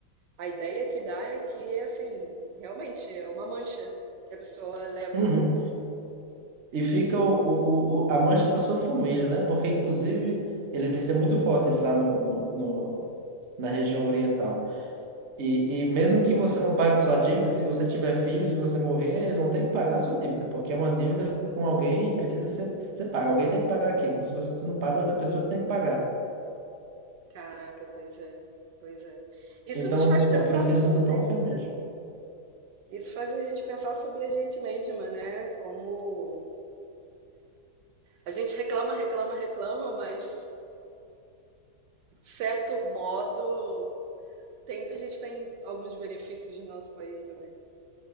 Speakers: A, on the right (about 80°); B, on the right (about 45°).
A: a ideia que dá é que, assim, realmente é uma mancha que a pessoa leva.
B: uhum. E fica o, o, o- a mancha para sua família, né? Porque, inclusive, eles é muito fortes lá no, no, no- na região oriental. E, e mesmo que você não pague sua dívida, se você tiver filhos e você morrer, eles vão ter que pagar a sua dívida, porque é uma dívida com alguém e precisa ser, ser paga. Alguém tem que pagar aquilo. Então, se você não paga, outra pessoa tem que pagar.
A: Caraca, pois é. Pois é. Isso
B: Então,
A: nos faz pensar
B: é por isso
A: sobre
B: que eles lutam
A: a gente,
B: tão fielmente.
A: tá? Isso faz a gente pensar sobre a gente mesma, né? Como a gente reclama, reclama, reclama, mas de certo modo Tem- a gente tem alguns benefícios do nosso país também.